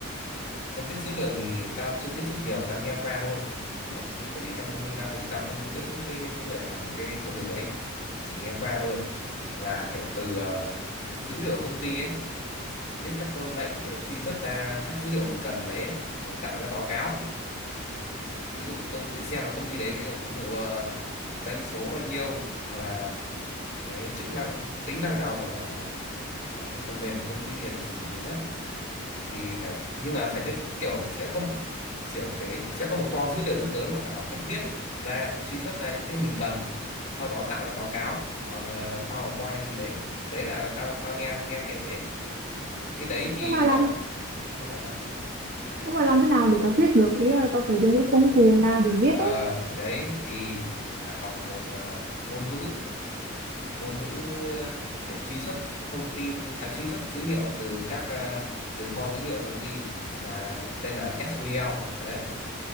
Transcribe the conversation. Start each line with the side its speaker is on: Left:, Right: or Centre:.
Left: phân tích dữ liệu thì tao chưa tiếp xúc nhiều tao nghe qua thôi Đấy. bởi vì trong công ty tao thì tao không tiếp xúc với những người làm cái công việc đấy chỉ nghe qua thôi là kiểu từ ờ, dữ liệu công ty ấy viết các câu lệnh để truy xuất ra các dữ liệu mình cần đấy ấy, để tạo ra báo cáo ví dụ công để xem là công ty đấy ví dụ ờ, doanh số bao nhiêu hoặc là cái chức năng tính năng nào của của cái phần mềm của công ty được sử dụng nhiều nhất thì phải nhưng mà phải biết kiểu sẽ có một- kiểu cái sẽ có một kho dữ liệu rất lớn và phải học cách viết ra truy xuất ra những cái mình cần sau đó tạo ra báo cáo bằng ờ, PowerPoint hay gì đấy đấy là tao tao nghe nghe kể đấy cái đấy thì
Right: nhưng mà làm
Left: có nhưng mà sao
Right: nhưng mà làm thế nào để tao viết được ý là tao phải dùng cái công cụ nào để viết
Left: ờ
Right: ấy
Left: cái đấy thì phải học một ờ, ngôn ngữ ngôn ngữ để truy xuất thông tin à, truy xuất dữ liệu từ các ờ, từ kho dữ liệu của công ty là tên là SQL đấy